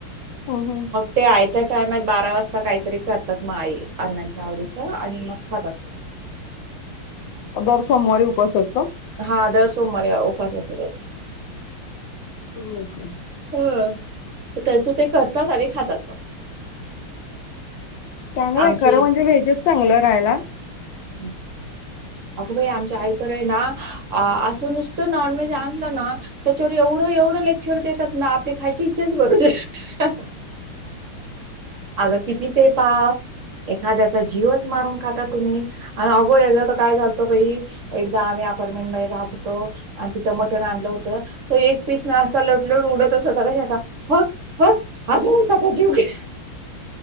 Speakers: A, on the left (about 70°); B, on the right (about 55°).
A: हम हम
B: ते आयत्या टायमात बारा वाजता काहीतरी करतात मग आई अण्णांच्या आवडीच आणि मग खात असतात.
A: दर सोमवारी उपवास असतो.
B: हा दर सोमवारी आ ओ उपावास असु देत.
A: मग काय?
B: ह त्याचं ते करतात आणि खातात.
A: चांगलंय
B: आमची
A: खरं म्हणजे व्हेजच चांगलं राहायला.
B: <inaudible> आग बाई आमच्या आई तर आहे ना असं नुसतं नॉन व्हेज आणलं ना त्याच्यावर एवढं एवढं लेक्चर देतात ना आपली खायची इच्छाच मरू जाय अगं किती ते पाप एखाद्याचा जीवच मारून खाता तुम्ही. आणि अगो एकदा तर काय झालत बई एकदा आम्ही अपार्टमेंट मध्ये राहत होतो. आणि तिथं मटण आणलं होतं तर एक पीस ना असा लट लट उडतच होता कशाचा मग बग अजून एकाचा जीव घे